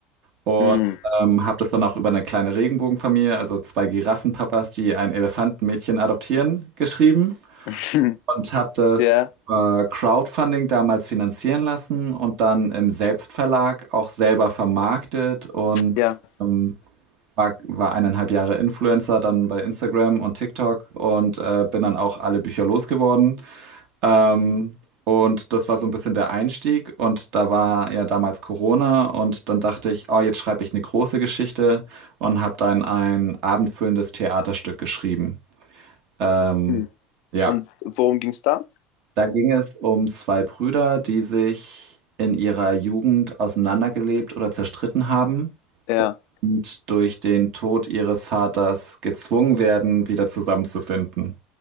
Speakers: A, on the right; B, on the left.
A: Und
B: Hm.
A: ähm, habe das dann auch über eine kleine Regenbogenfamilie, also zwei Giraffenpapas, die ein Elefantenmädchen adoptieren, geschrieben.
B: <laughs>
A: Und habe das
B: Ja.
A: über Crowdfunding damals finanzieren lassen und dann im Selbstverlag auch selber vermarktet und
B: Ja.
A: ähm, war, war eineinhalb Jahre Influencer dann bei Instagram und TikTok und äh, bin dann auch alle Bücher losgeworden. Ähm, und das war so ein bisschen der Einstieg. Und da war ja damals Corona. Und dann dachte ich, oh, jetzt schreibe ich eine große Geschichte und habe dann ein abendfüllendes Theaterstück geschrieben. Ähm,
B: Hm.
A: ja,
B: Und worum ging's da?
A: da ging es um zwei Brüder, die sich in ihrer Jugend auseinandergelebt oder zerstritten haben
B: Ja.
A: und durch den Tod ihres Vaters gezwungen werden, wieder zusammenzufinden.